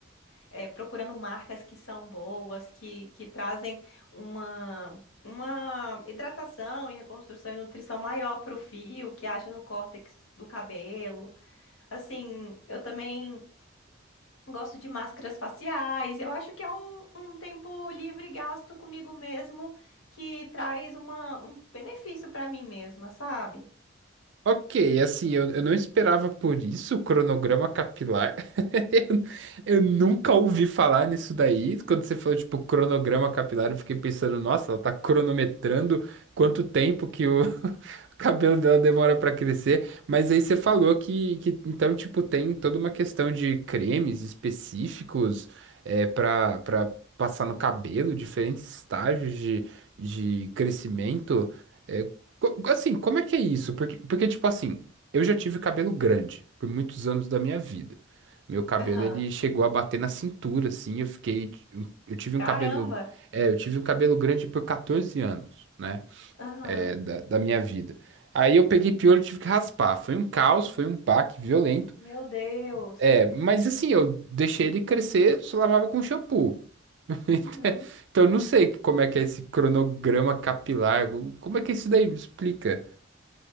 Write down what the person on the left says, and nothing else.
eh, procurando marcas que são boas, que, que trazem uma, uma hidratação e reconstrução e nutrição maior para o fio, que haja no córtex do cabelo. Assim, eu também gosto de máscaras faciais. Eu acho que é um, um tempo livre gasto comigo mesmo que traz uma, um benefício para mim mesma, sabe?
Aham.
Caramba!
Aham.
Meu Deus!
Uhum.